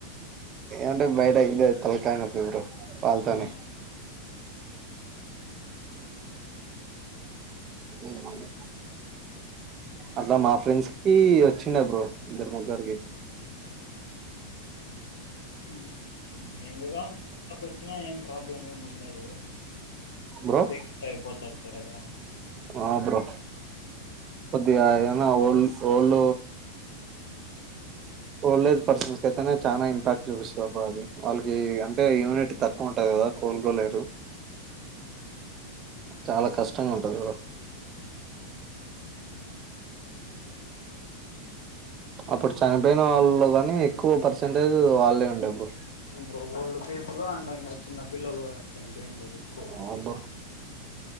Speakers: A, on the right; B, on the left.
A: ఏంట బయట ఇదే తలకాయ నొప్పి బ్రో వాల్తనే
B: ఆ
A: <unintelligible> అలా మా ఫ్రెండ్కి చిన్న బ్రో ఇద్దర్ ముగ్గారుకి
B: హ్మ్మ్ ఎంగ కా <inaudible> వచ్చినా ఏం ప్రాబ్లం ఏమి ఉండదు
A: బ్రో
B: ద టయిపోతడు త్వరగా
A: ఆ బ్రో కొద్దియన్న వాఓల్ ఓళ్ళ ఓల్డజ్ పర్సన్స్ అయితేనే చాలా ఇంపాక్ట్ చూపిస్తుంది, అబ అది వాళ్ళకి అంటే యూనిటీ తక్కువ ఉంటది కదా కోలుకోలేరు చాలా కష్టంగా ఉంటది బ్రో అప్పుడు చనిపోయిన వాళ్ళలో కానీ ఎక్కువ పర్సంటేజ్ వాళ్ళే ఉండే బ్రో
B: బ్రోళ్లు పేపులు అండ్ ఇంకా చిన్న పిల్లలు చనిపోండది ఎక్కువ
A: అవును బ్రో